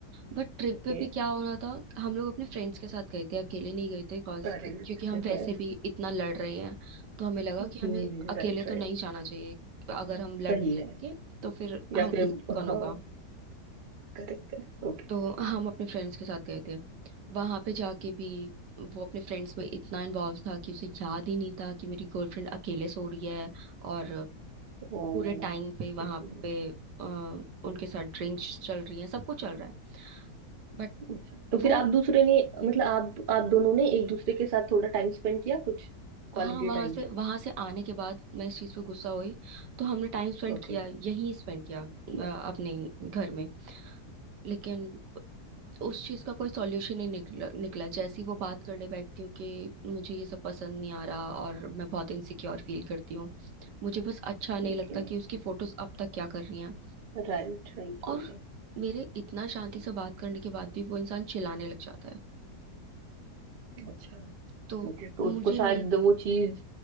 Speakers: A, on the right (about 75°); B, on the right (about 45°).
A: बट ट्रिप
B: ओके
A: पे भी क्या हो रहा था हम लोग अपने फ्रेंड्स के साथ गए थे अकेले नहीं गए थे कॉज
B: अरे
A: क्योंकि हम
B: ओके
A: वैसे भी इतना लड़ रहे हैं तो हमें लगा
B: राइट
A: कि हमें अकेले तो
B: राइट
A: नहीं जाना चाहिए अगर हम लड़ने
B: सही
A: लगेंगे
B: है
A: तो फिर
B: या
A: हमारे
B: फिर
A: साथ कौन
B: हाँ
A: होगा
B: करेक्ट करेक्ट ओके
A: तो हम अपने फ्रेंड्स के साथ गए थे वहां पे जाके भी वो अपने फ्रेंड्स में इतना इन्वॉल्व था कि उसे याद ही नहीं था कि मेरी गर्लफ्रेंड अकेले सो रही है और
B: ओ
A: पूरे टाइम पे
B: हम्म,
A: वहां पे अ, उनके साथ ड्रिंक्स चल रही है सब कुछ चल रहा है बट
B: अच्छा तो फिर
A: वो
B: आप दूसरे ने मतलब आप आप दोनों ने एक दूसरे के साथ थोड़ा टाइम स्पेंड किया कुछ क्वालिटी
A: हाँ वहां
B: टाइम
A: से वहां से आने के बाद मैं इस चीज पे गुस्सा हुई तो हमने टाइम स्पेंड
B: ओके
A: किया यहीं स्पेंड किया अ,
B: किया
A: अपने घर
B: Okay
A: में लेकिन उस चीज का कोई सॉल्यूशन नहीं निकला निकला जैसे ही वो बात करने बैठती हूँ कि मुझे ये सब पसंद नहीं आ रहा और मैं बहुत इनसिक्योर फील करती हूँ मुझे बस अच्छा नहीं
B: Okay
A: लगता कि उसकी फोटोज अब तक क्या कर रही हैं
B: Right right
A: और
B: okay
A: मेरे इतना शांति से बात करने के बाद भी वो इंसान चिल्लाने लग जाता है
B: अच्छा
A: तो
B: ओके तो
A: मुझे
B: उसको शायद
A: नहीं
B: वो चीज